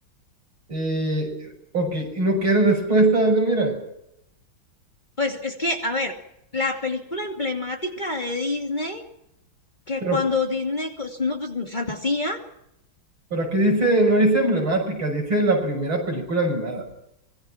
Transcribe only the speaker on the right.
Eh, ok, y no quieres respuestas, de mira,
pero,
pero aquí dice, no dice emblemática, dice la primera película animada.